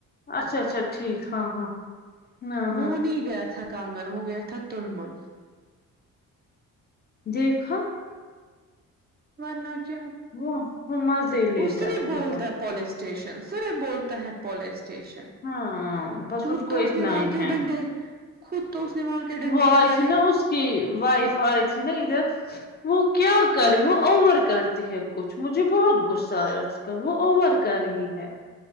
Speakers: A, on the left; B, on the right.
A: اچھا اچھا ٹھیک ہاں ہاں ہاں ہاں
B: وہ نہیں گیا تھا کانگن وہ گیا تھا تلمل
A: دیکھا
B: ورنہ کیا
A: وہ وہ مزہ لیتا
B: وہ صرف
A: ہے
B: بولتا
A: بہت
B: پولیس اسٹیشن سر یہ بولتا ہے پولے اسٹیشن
A: ہاں بس
B: خود
A: کو
B: تو اس
A: اتنا
B: نے وہاں
A: ہی
B: کے
A: ہے
B: ڈنڈے خود تو اس نے وہاں کے ڈنڈے
A: وہ آئی
B: کھائے
A: تھی نا اس کی وائف آئی تھی نا ادھر وہ کیا کر
B: ہوں
A: وہ اوور کرتی ہے کچھ مجھے بہت غصہ آیا اس کا وہ اوور کر رہی ہے